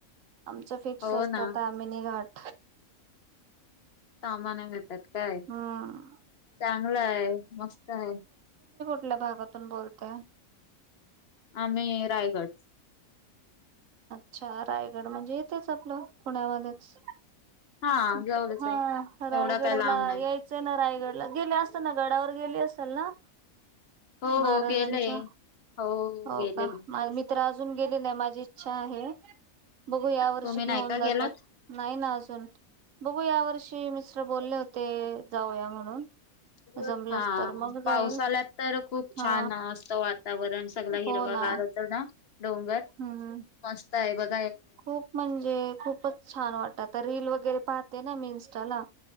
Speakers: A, on the right; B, on the left.
A: आमच फिक्स
B: हो
A: असत,
B: ना
A: तामिनी घाट
B: आमाना भेततात काय?
A: हम्म.
B: चांगलाय्, मस्त आहे.
A: कुटल्या भागातून बोलताय?
B: आम्ही रायगड
A: अच्छा! रायगड म्हणजे इथेच आपलं पुण्यामध्येच
B: हा
A: <unintelligible>
B: जवळच
A: हा
B: आहे
A: रायगड
B: एवढा काही लांब
A: ला
B: नाही
A: यायचंय ना रायगड ला गेले असन ना, गडावर गेली असल ना?
B: हो
A: महाराजांच्या,
B: हो गेले हो
A: हो
B: गेले
A: का? माल मी तर आज जून गेली नाही, माझी इच्छा आहे. बघू या वर्षी
B: तुम्ही
A: घेऊन
B: नाही का
A: जातात,
B: गेलात
A: नाही ना अजून, बघू या वर्षी मिस्टर बोलले होते, जाऊया म्हणून
B: <unintelligible>
A: जमलंच
B: हा
A: तर मग जाईल
B: पावसाल्यात तर खूप
A: हा
B: छान असत वातावरण सगल
A: हो
B: हिरव
A: ना
B: गार होतं ना डोंगर,
A: हम्म
B: मस्त आहे बघ
A: खूप म्हणजे खूपच छान वाटत आता रील वगैरे पाहते ना मी इंस्टाला